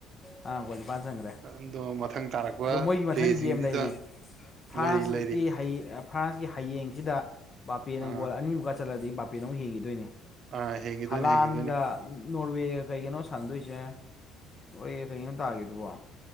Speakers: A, on the left; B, on the right.
A: ꯑꯥ ꯒꯣꯜ ꯅꯤꯄꯥꯟ ꯆꯟꯈ꯭ꯔꯦ
B: ꯑꯗꯣ ꯃꯊꯪ ꯇꯥꯔꯛꯄ
A: ꯑꯗꯣ ꯃꯣꯏꯒꯤ ꯃꯊꯪ
B: ꯄ꯭ꯂꯦꯁꯤꯡꯁꯤꯗ
A: ꯒꯦꯝ ꯂꯩꯔꯤ ꯐ꯭ꯔꯥꯟꯁꯀꯤ
B: ꯂꯩꯔꯤ ꯂꯩꯔꯤ
A: ꯍꯩ ꯑ ꯐ꯭ꯔꯥꯟꯁꯀꯤ ꯍꯌꯦꯡꯁꯤꯗ ꯕꯥꯄꯦꯅ
B: ꯑꯥ
A: ꯒꯣꯜ ꯑꯅꯤꯃꯨꯛꯀ ꯆꯠꯂꯗꯤ ꯕꯥꯄꯦꯅ ꯑꯃꯨꯛ ꯍꯦꯟꯈꯤꯗꯣꯏꯅꯦ
B: ꯑꯥ ꯍꯦꯡꯈꯤꯗꯣꯏꯅꯤ
A: ꯍꯂꯥꯟꯒ
B: ꯍꯦꯡꯈꯤꯗꯣꯏꯅꯤ
A: ꯅꯣꯔꯋꯦꯒ ꯀꯩꯒꯅꯣ ꯁꯥꯟꯅꯗꯣꯏꯁꯦ ꯅꯣꯔꯋꯦꯒ ꯀꯩꯒꯅꯣ ꯇꯥꯒꯤꯗꯨꯕꯣ